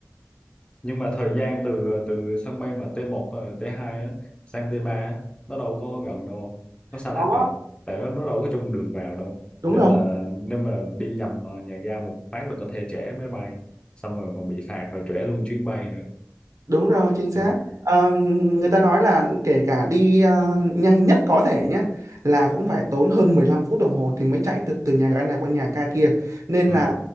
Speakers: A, on the left; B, on the right.
A: nhưng mà thời gian từ từ sân bay mà t một ờ, t hai á, sang t ba á, nó đâu có gần đâu không nó xa
B: đó
A: lắc rồi tại nó, nó đâu có chung đường vào đâu
B: đúng
A: nên
B: rồi
A: là nếu mà đi nhầm ờ, nhà ga một phát là có thể trễ máy bay xong rồi còn bị phạt rồi trễ luôn chuyến bay nữa
B: Đúng rồi, chính xác.
A: ừ,
B: Ờ, người ta nói là kể cả đi ờ, nhanh nhất có thể nhé là cũng phải tốn hơn 15 phút đồng hồ thì mới chạy từ từ nhà ga này qua nhà ga kia. Nên
A: ừ,
B: là